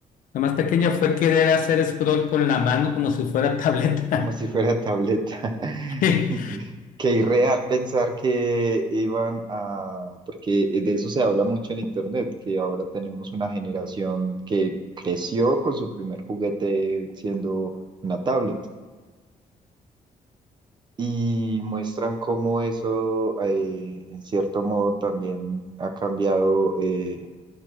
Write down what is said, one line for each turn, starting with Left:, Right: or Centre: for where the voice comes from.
Left: la más pequeña, fue querer hacer scroll con la mano como si fuera tableta.
Right: como si fuera tableta. <laughs>
Left: <laughs>
Right: Qué irreal pensar que iban a, porque de eso se habla mucho en internet, que ahora tenemos una generación que creció con su primer juguete siendo una tablet. Y muestran cómo eso, eh, en cierto modo, también ha cambiado. eh,